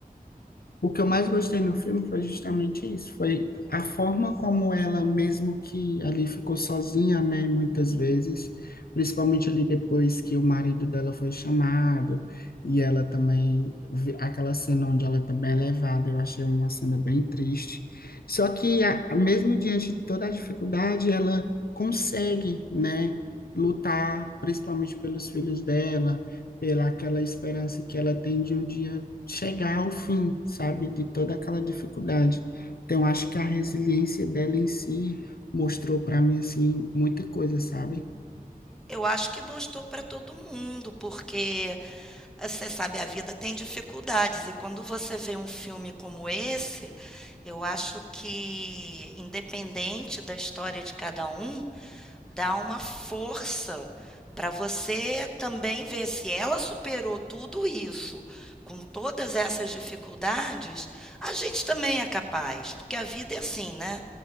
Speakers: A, on the left; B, in the centre.
A: O que eu mais gostei no filme foi justamente isso, foi a forma como ela, mesmo que ali ficou sozinha, né, muitas vezes, principalmente ali depois que o marido dela foi chamado, e ela também, vi- aquela cena onde ela também é levada, eu achei uma cena bem triste. Só que, a- mesmo diante de toda a dificuldade, ela consegue, né, lutar, principalmente pelos filhos dela, pela aquela esperança que ela tem de um dia chegar ao fim, sabe, de toda aquela dificuldade. Então, acho que a resiliência dela em si mostrou para mim assim muita coisa, sabe?
B: Eu acho que mostrou para todo mundo, porque, eh, você sabe, a vida tem dificuldades e quando você vê um filme como esse, eu acho que, independente da história de cada um, dá uma força para você também ver se ela superou tudo isso, com todas essas dificuldades, a gente também é capaz, porque a vida é assim, né.